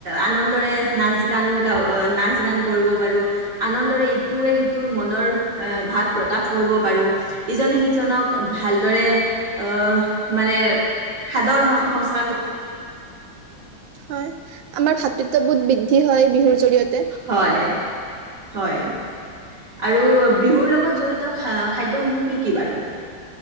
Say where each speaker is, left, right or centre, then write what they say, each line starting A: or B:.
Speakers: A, on the right; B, on the right.
A: আনন্দৰে নাচ গান গাওঁ, নাচ গান কৰিব পাৰোঁ। আনন্দৰে ইটোৱে সিটোৰ মনৰ এ ভাৱ প্ৰকাশ কৰিব পাৰোঁ। ইজনে সিজনক ভালদৰে অ মানে সাদৰ সংস্ক
B: হয়। আমাৰ ভাতৃত্ববোধ বহুত বি বৃদ্ধি হয় বিহুৰ জৰিয়তে।
A: হয়। হয়। আৰু বিহুৰ লগত জড়িত খাদ্যসমূহ কি কি বাৰু?